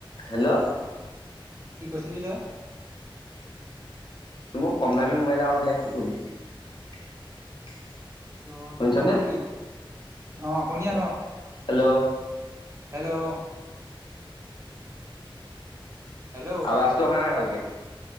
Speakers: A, on the left (about 60°); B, on the right (about 30°).
A: হেল্ল'
B: কি কৈছিলি তই?
A: মোৰ কম দামী মোবাইল আৰু এইবিলাক কি কবি। <unintelligible>
B: ত
A: শুনিছনে?
B: তোৰ শুধো কি অ শুনি আছো অ <unintelligible>
A: হেল্ল'।
B: হেল্ল' হেল্ল'
A: আৱাজটো অহা নাই ভালকে